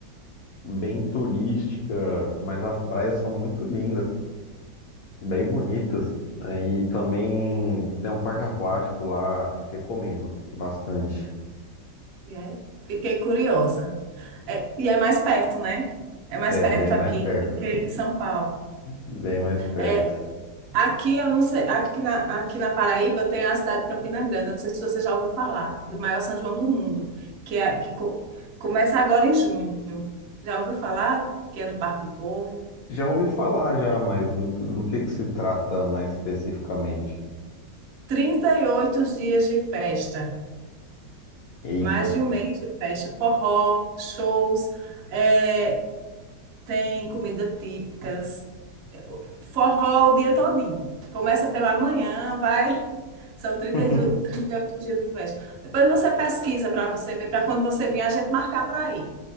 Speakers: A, on the left; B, on the right.
A: bem turística, mas as praias são muito lindas, bem bonitas. né? E também tem um parque aquático lá, recomendo bastante.
B: E É. Fiquei curiosa. É, e é mais perto, né? É mais
A: É,
B: perto
A: bem mais
B: aqui
A: perto.
B: do que em São Paulo.
A: Bem mais perto.
B: É, aqui eu não sei, aqui na, aqui na Paraíba tem a cidade de Campina Grande. Eu não sei se você já ouviu falar do maior São João do mundo, que é que co- começa agora em junho. Já ouviu falar que é no Parque do Povo?
A: Já ouvi falar já, mas do, do que que se trata mais especificamente?
B: 38 dias de festa.
A: Eita,
B: Mais de um mês de festa, forró, shows, é, tem comida típicas, forró o dia todinho. Começa pela manhã, vai, são trinta
A: <laughs>
B: e du- 38 dias de festa. Depois você pesquisa para você ver, para quando você vir, a gente marcar para ir.